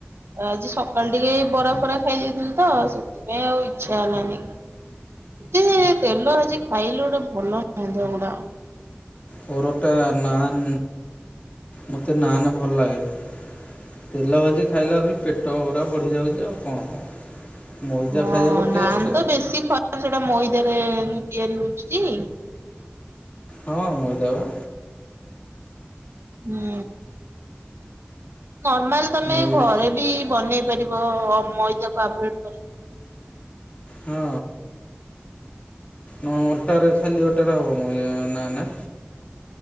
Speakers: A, on the right; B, on the left.
A: ଆଜି ସକାଳେ ଟିକେ ବରା ଫରା ଖାଇଦେଇଥିଲି ତ, ସେଥିପାଇଁ ଆଉ ଇଚ୍ଛା ହେଲାନି। ଏତେ ତେଲ ଭାଜି ଖାଇଲେ ଗୋଟେ ଭଲ ନୁହଁ ସେଗୁଡା।
B: ପରଟା, ନାନ୍, ମୋତେ ନାନ୍ ଭଲ ଲାଗେ। ତେଲ ଭାଜି ଖାଇଲା କୁ ଖାଲି ପେଟ ଅରା ବଢ଼ିଯାଉଚି ଆଉ କଣ। ମଇଦା
A: ହଁ
B: ଖାଇବାକୁ
A: ନାନ୍
B: ଟେଷ୍ଟ
A: ତ ବେଶୀ ଖରାପ ସେଟା ମଇଦାରେ ତିଆରି ହଉଚି ଯେ।
B: ହଁ ମଇଦା ବା।
A: ହୁଁ। ନର୍ମାଲ ତମେ
B: ମଇଦା
A: ଘରେ ବି ବନେଇ ପାରି ବ ମଇଦା କୁ ଆଭୟେଡ କରି।
B: ହଁ। ହଁ ଅଟାରେ ଖାଲି ଅଟାରେ ହବ ମୋ ଇଏ ନାନ୍।